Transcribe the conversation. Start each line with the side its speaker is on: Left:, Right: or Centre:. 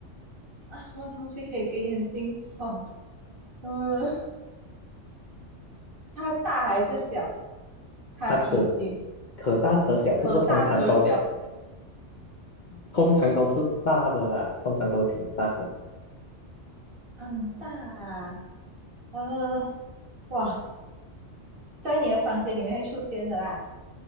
Right: 啊，什么东西可以给眼睛爽？嗯、呃它大还是小？它体积
Left: 它可可大可小，
Right: 可大可小，
Left: 不过通常都通常都是大的啦，通常都挺大的。
Right: 很大啊。呃，哇，在你的房间里面会出现的啦。